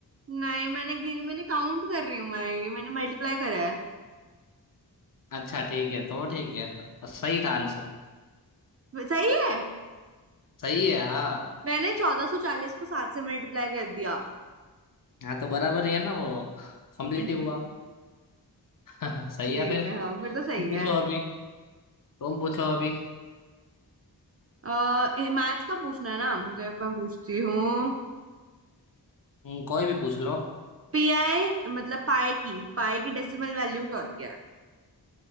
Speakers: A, on the right; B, on the left.
A: नहीं मैंने गिन मैंने काउंट कर रही हूँ मैं ये मैंने मल्टीप्लाई करा है
B: अच्छा ठीक है तो ठीक है सही था आंसर
A: सही है
B: सही है हाँ
A: मैंने चौदह सौ चालीस को सात से मल्टीप्लाई कर दिया
B: हाँ तो बराबर ही है ना वो कम्प्लीटिव
A: हम्म
B: हुआ सही
A: ठीक
B: है फिर
A: है हाँ फिर तो सही
B: तुम पूछो
A: है
B: अभी तुम पूछो अभी
A: अः मैथ्स का पूछना है ना मुझे मैं पूछती हूँ
B: हम्म, कोई भी पूछ लो
A: पी आई मतलब पाई की पाई की डेसिमल वैल्यू क्या होती है